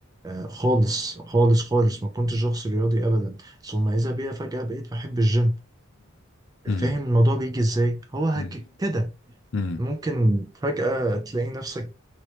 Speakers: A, on the right; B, on the left.
A: آه، خالص خالص خالص ما كنتش شخص رياضي أبدا ثم إذا بيا فجأة بقيت بحب الجيم
B: امم
A: فاهم الموضوع بيجي إزاي هو هك-
B: مم.
A: كده
B: امم
A: ممكن فجأة تلاقي نفسك